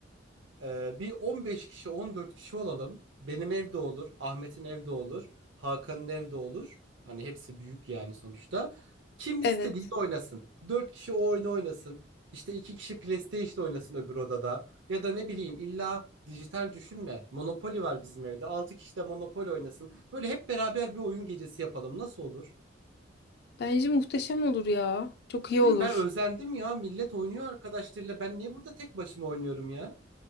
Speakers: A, on the right (about 80°); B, on the left (about 55°).
A: E, bir 15 kişi 14 kişi olalım. Benim evde olur, Ahmet'in evde olur, Hakan'ın evde olur. Hani hepsi büyük yani sonuçta. Kim istediğini
B: Evet.
A: oynasın. 4 kişi o oyunu oynasın. İşte 2 kişi PlayStation oynasın öbür odada. Ya da ne bileyim illa dijital düşünme. Monopoly var bizim evde. 6 kişi de Monopoly oynasın. Böyle hep beraber bir oyun gecesi yapalım. Nasıl olur?
B: Bence muhteşem olur ya. Çok iyi
A: Değil
B: olur.
A: mi? Ben özendim ya. Millet oynuyor arkadaşlarıyla. Ben niye burada tek başıma oynuyorum ya?